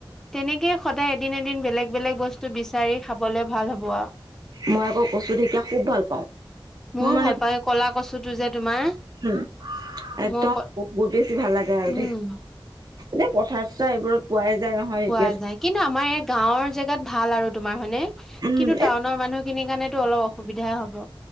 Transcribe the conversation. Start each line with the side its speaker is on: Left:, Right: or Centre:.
Centre: তেনেকে সদায় এদিন এদিন বেলেগ বেলেগ বস্তু বিচাৰি খাবলে ভাল হ'ব আৰু।
Right: মই আকৌ কচু ঢেকীয়া খুব ভাল পাওঁ।
Centre: ময়ো
Right: মোৰ মানে
Centre: ভাল পাওঁ কলা কচুটো যে তোমাৰ,
Right: উম একদম
Centre: মই ক
Right: বহুত বেছি ভাল লাগে আৰু এ
Centre: উম
Right: দেহ, পথাৰ চথাৰ এইবোৰত পোৱাই যায় নহয় ঢেকীয়া
Centre: পোৱা যায় কিন্তু আমাৰ এই গাঁৱৰ জেগাত ভাল আৰু তোমাৰ হয়নে?
Right: উম
Centre: কিন্তু
Right: এই
Centre: টাউনৰ মানুহখিনিৰ কাৰণেতো অলপ অসুবিধাই হ'ব।